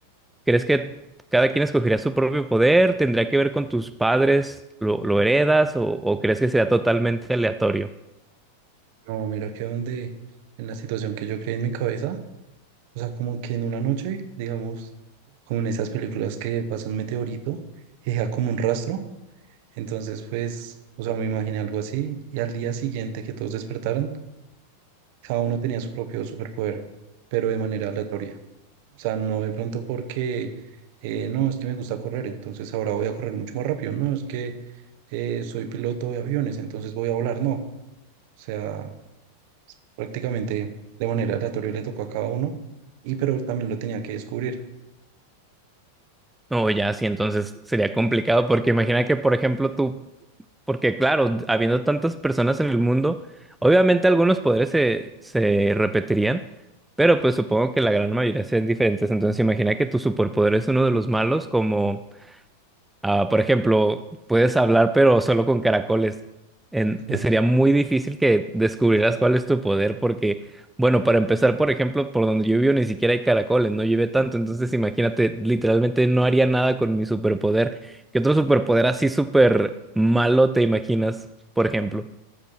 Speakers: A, in the centre; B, on the right (about 45°).
A: ¿crees que cada quien escogería su propio poder? ¿Tendría que ver con tus padres? ¿Lo, lo heredas? ¿O, o crees que sería totalmente aleatorio?
B: No, mira que donde, en la situación que yo creé en mi cabeza, o sea, como que en una noche, digamos, como en esas películas que pasa un meteorito y deja como un rastro. Entonces, pues, o sea, me imaginé algo así y al día siguiente que todos despertaron, cada uno tenía su propio superpoder, pero de manera aleatoria. O sea, no de pronto porque, eh, no, es que me gusta correr, entonces ahora voy a correr mucho más rápido, no, es que eh, soy piloto de aviones, entonces voy a volar, no. O sea, prácticamente de manera aleatoria le tocó a cada uno y pero también lo tenía que descubrir.
A: No, ya, sí, entonces sería complicado porque imagina que, por ejemplo, tú, porque claro, habiendo tantas personas en el mundo, obviamente algunos poderes se, se repetirían, pero pues supongo que la gran mayoría serían diferentes. Entonces imagina que tu superpoder es uno de los malos, como... Ah, por ejemplo, puedes hablar pero solo con caracoles. En-
B: <laughs>
A: sería muy difícil que descubrieras cuál es tu poder porque, bueno, para empezar, por ejemplo, por donde yo vivo ni siquiera hay caracoles, no llueve tanto, entonces imagínate, literalmente no haría nada con mi superpoder. ¿Qué otro superpoder así súper malo te imaginas, por ejemplo?